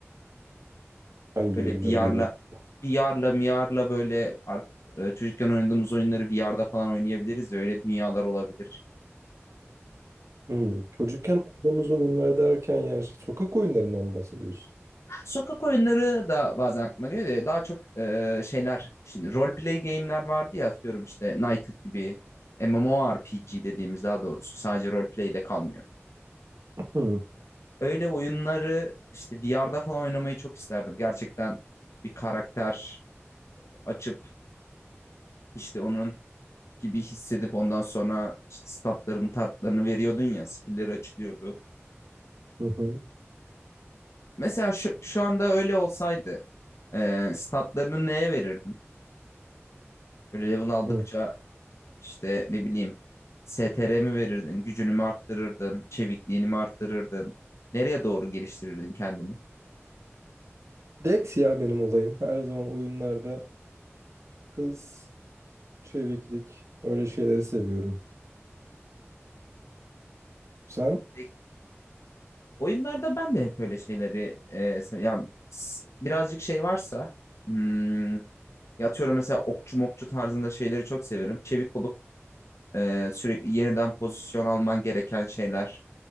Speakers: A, on the right; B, on the left.
A: Hangi
B: Böyle
A: oyunları
B: VR'la
A: görüyorsun?
B: VR'la MR'la böyle artık e, çocukken oynadığımız oyunları VR'da falan oynayabiliriz ya öyle dünyalar olabilir.
A: Hmm. Çocukken oynadığımız oyunlar derken yani işte sokak oyunlarından mı bahsediyorsun.
B: Sokak oyunları da bazen aklıma geliyor da daha çok e, şeyler şimdi role play game'ler vardı ya atıyorum işte Knighted gibi MMORPG dediğimiz daha doğrusu sadece role play de kalmıyor.
A: Hı
B: Öyle oyunları işte VR'da falan oynamayı çok isterdim. Gerçekten bir karakter açıp işte onun gibi hissedip ondan sonra işte statlarımı tartlarını veriyordun ya skill'leri açılıyordu.
A: hı hı.
B: Mesela şu, şu anda öyle olsaydı e, statlarını neye verirdin? Böyle level aldıkça
A: hı.
B: İşte ne bileyim STR mi verirdin, gücünü mü arttırırdın, çevikliğini mi arttırırdın? Nereye doğru geliştirirdin kendini?
A: Dex ya benim olayım. Her zaman oyunlarda hız, çeviklik, öyle şeyleri seviyorum. Sen?
B: E, Oyunlarda ben de hep öyle şeyleri e, sev- yani s- birazcık şey varsa hmm, yatıyorum mesela okçu mokçu tarzında şeyleri çok severim. Çevik olup e, sürekli yeniden pozisyon alman gereken şeyler,